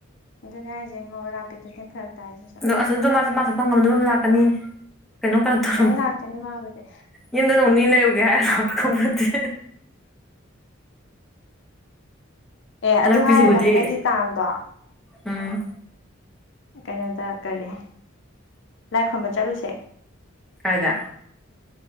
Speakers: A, on the left; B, in the centre.
A: ꯑꯗꯨꯅꯦ ꯍꯥꯏꯁꯦ ꯃꯧꯑꯔꯥꯞꯄꯤꯗꯨꯗꯤ ꯐꯔꯛ ꯇꯥꯏꯁꯤꯁꯨ
B: ꯑꯗꯣ ꯑꯁ ꯑꯗꯨꯝ ꯃꯥꯁꯨ ꯃꯥ ꯊꯣꯛꯄ ꯉꯝꯅꯕ ꯑꯗꯨꯝ ꯂꯥꯛꯀꯅꯤꯅꯦ ꯀꯩꯅꯣꯝ ꯀꯩꯅꯣꯝ
A: ꯂꯥꯛꯀꯅꯤ
B: ꯇꯧꯔ
A: ꯂꯥꯛꯀꯅꯤ ꯃꯥꯕꯨꯗꯤ
B: ꯌꯨꯝꯗ ꯅꯣꯡꯅꯤꯅꯤ ꯂꯩꯔꯨꯒꯦ ꯍꯥꯏꯔꯒ ꯂꯥꯛꯄ꯭ꯔ ꯈꯪꯄꯣꯠ <unintelligible>
A: ꯑꯦ
B: ꯑꯅꯛꯄꯤꯁꯤꯕꯨꯗꯤ
A: ꯑꯗꯨ ꯍꯥꯏꯔꯒ ꯍꯟꯗꯛꯀꯤ ꯀꯥꯡꯗꯣ
B: ꯎꯝ
A: ꯀꯩꯅꯣꯗ ꯀꯔꯤ ꯂꯥꯏ ꯈꯨꯔꯨꯝꯕ ꯆꯠꯂꯨꯁꯦ
B: ꯀꯥꯏꯗ